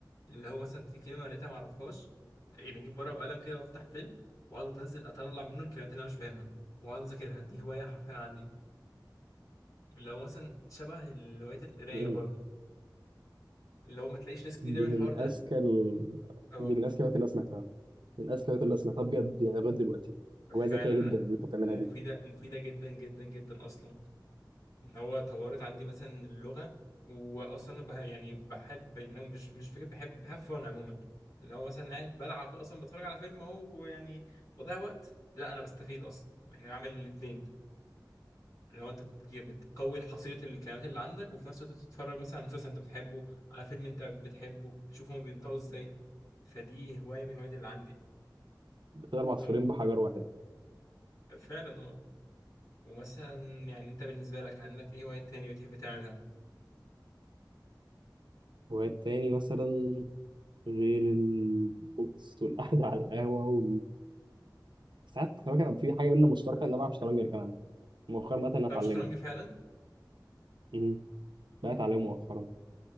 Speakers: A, on the left; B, on the right.
A: اللي هو مثلا في كلمه لقيتها ما اعرفهاش يعني اجيب ورقه وقلم كده وافتح فيلم واقعد اتنزل اطلع منه الكلمات اللي انا مش فاهمها واقعد اذاكرها دي هوايه حرفيا عندي اللي هو مثلا شبه هوايه القرايه
B: مم.
A: برضو اللي هو ما تلاقيش ناس كتير
B: دي
A: بتعمل الحوار
B: من
A: ده
B: أذكى ال...
A: اه
B: دي من أذكى الهوايات اللي أنا سمعتها من أذكى الهوايات اللي أنا سمعتها بجد يعني لغاية دلوقتي
A: فعلا
B: هواية ذكية
A: لا
B: جدا اللي أنت بتعملها
A: مفيده
B: دي
A: مفيده جدا جدا جدا اصلا اللي هو طورت عندي مثلا اللغة وأصلا أنا بح- يعني بحب إن أنا مش مش فكرة بحب بحب فن عموما اللي هو مثلا قاعد بلعب أصلا بتفرج على فيلم أهو يعني بضيع وقت لا أنا بستفيد أصلا يعني بعمل الاتنين اللي هو أنت بت- بتقوي حصيلة الكلمات اللي عندك وفي نفس الوقت بتتفرج مثلا على مسلسل أنت بتحبه على فيلم أنت بتحبه تشوف هما بينطقوا إزاي فدي هواية من الهوايات اللي عندي
B: فبتضرب عصفورين
A: أه
B: بحجر واحد
A: فعلا أه ومثلا يعني أنت بالنسبة لك عندك إيه هوايات تاني بتحب تعملها؟
B: هوايات تاني مثلا غير البوكس والقعدة على القهوة ساعات خلي بالك انا في حاجه بينا مشتركه ان انا بلعب شطرنج كمان مؤخرا مثلا
A: بتلعب
B: هتعلمه
A: شطرنج فعلا؟
B: امم بقى اتعلمه مؤخرا